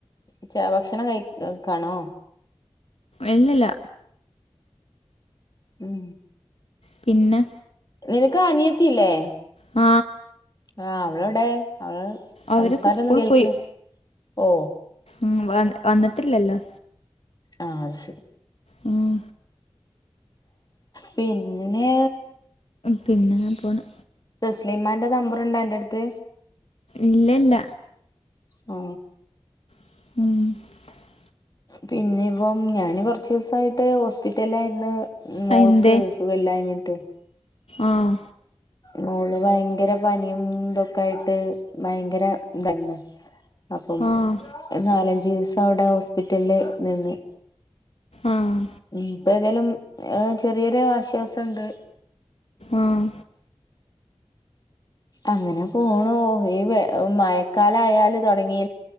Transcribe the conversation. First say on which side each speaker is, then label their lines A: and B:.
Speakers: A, on the left; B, on the left.
A: ച്ച ഭക്ഷണം കഴികാണോ?
B: എല്ലല്ല
A: ഉം
B: പിന്നെ
A: നിനക്ക് അനിയത്തില്ലേ?
B: ആ
A: ആ അവളെവിടെ അവള സംസാരം
B: അവരൊക്കെ സ്കൂളിൽ
A: ഒന്നും കേൾക്ക്ണ്
B: പോയി
A: ഓ
B: ഉം വ വന്നിട്ടില്ലല്ലോ
A: ആഹ് അത് ശരി
B: ഉം
A: പിന്നെ
B: പിന്നെ ങ്ങ പോണ്
A: ല്ലിമാന്റെ നമ്പറ് ണ്ടോ അൻറ ടുത്ത്
B: ഇല്ല ഇല്ല
A: ആ
B: <inaudible>
A: പിന്നെ ഇപ്പം ഞാന് കൊറച്ചീസായിട്ട് ഹോസ്പിറ്റല് ആയിരുന്നു മോൾക്ക്
B: അയെന്തേ
A: സുഖല്ലാന്ന്ട്ട്
B: ആഹ്
A: മോള് ഭയങ്കര പനിയും ഇതൊക്കെ ആയിട്ട് ഭയങ്കര ഇതായനു അപ്പം
B: ആഹ്
A: നാലഞ്ച് <inaudible>
B: ആഹ്
A: ഇപ്പ ഏതായാലും ചെറിയൊരു ആശ്വാസംണ്ട്
B: ആഹ്
A: അങ്ങനെ പോണോ ഈ മഴക്കാലായാല് തുടങ്ങി